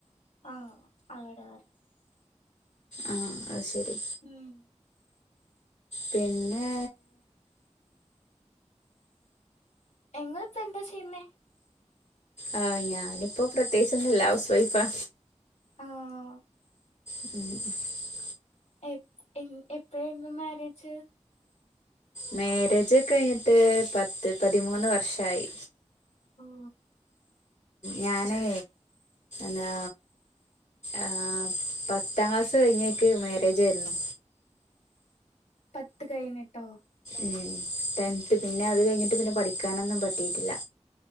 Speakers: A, on the left; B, on the left.
A: ആഹ് ആഹാറ്ന്ന്.
B: ആ അത് ശരി
A: ഉം
B: പിന്നെ
A: നിങ്ങൾപ്പ എന്താ ചെയ്ന്നേ
B: ആഹ് ഞാനിപ്പോ പ്രത്യേകിച്ച് ഒന്നുല്ല ഹൗസ് വൈഫാ
A: ആഹ്
B: <inaudible>
A: എ എ എപ്പഴേരുന്നു മാരേജ്
B: മേരേജ് കഴിഞ്ഞിട്ട് പത്ത് പതിമൂന്ന് വർഷായി
A: ഓഹ്
B: ഞാനൈ ന്താ ആഹ് പത്താം ക്ലാസ്സ് കഴിഞ്ഞേക്ക് മേരേ ജേര്ന്നു
A: പത്ത് കഴിഞ്ഞിട്ടോ
B: ഉം ടെൻത്ത് പിന്നെ അത് കഴിഞ്ഞിട്ട് പിന്നെ പഠിക്കാനൊന്നും പറ്റിട്ടില്ല